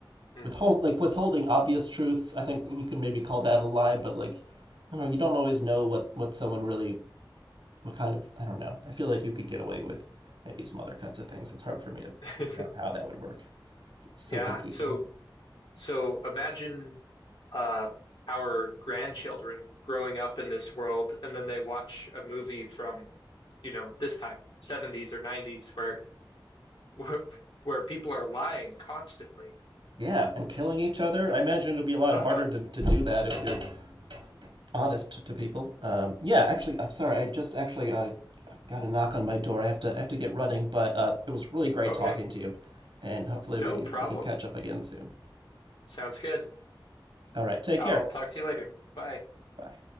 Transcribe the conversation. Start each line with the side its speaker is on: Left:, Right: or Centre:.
Left: hmm
Right: withhold like withholding obvious truths. I think you can maybe call that a lie, but like I don't know, you don't always know what what someone really what kind of I don't know. I feel like you could get away with maybe some other kinds of things. It's hard for me to
Left: <laughs>
Right: figure out how that would work. It's, it's so
Left: Yeah.
Right: confusing.
Left: So so imagine. uh, our grandchildren growing up in this world, and then they watch a movie from, you know, this time, 70s or 90s, where where, where people are lying constantly.
Right: Yeah, and killing each other. I imagine it'd be a lot
Left: Uh-huh.
Right: harder to, to do that if you're honest to people. Um, yeah, actually, I'm sorry. I just actually uh, got a knock on my door. I have to I have to get running, but uh, it was really great
Left: Okay.
Right: talking to you, and hopefully
Left: No
Right: we can
Left: problem.
Right: we can catch up again soon.
Left: Sounds good.
Right: All right, take
Left: I'll
Right: care.
Left: talk to you later. Bye.
Right: Bye.